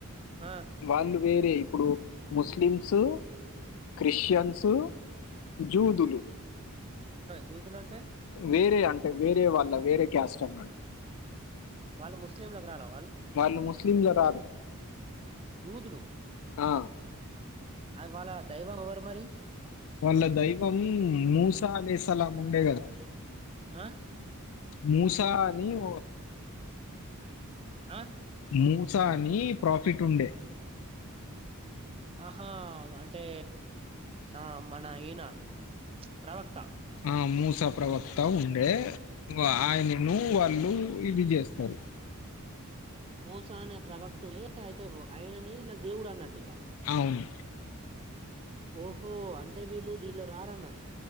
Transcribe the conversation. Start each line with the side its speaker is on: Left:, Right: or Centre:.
Right: ఆ
Left: వాళ్ళు వేరే ప్పుడు ముస్లిమ్స్ క్రిస్టియన్సు జూదులు
Right: యూదులు అంటే
Left: వేరే అంటే వేరే వాల్ళ వేరే క్యాస్ట్ అనమాట
Right: వాళ్ళు ముస్లింలకు రాలా
Left: వాళ్ళు ముస్లింలు రాదు
Right: యూదులు
Left: ఆ
Right: అది వాళ్ళ దైవం ఎవ్వరు మరి
Left: వాళ్ళ దైవం మూసా దేశాలా ఉండే కదా
Right: ఆ
Left: మూసా అని ఓ
Right: అ
Left: మూసా అని ప్రాఫిట్ ఉండే
Right: ఆహా అంటే ఆ మన ఈయన ప్రవక్త
Left: ఆ మూసా ప్రవక్త ఉండే ఆయనను వాళ్ళు ఇది చేస్తారు
Right: మోసా అనే ప్రభక్తుడే అయితే ఆయననే ఇలా దేవుడు అన్నట్టు ఇగ
Left: అవును
Right: ఓహో అంటే వీళ్ళు దీనిలో రారన్నట్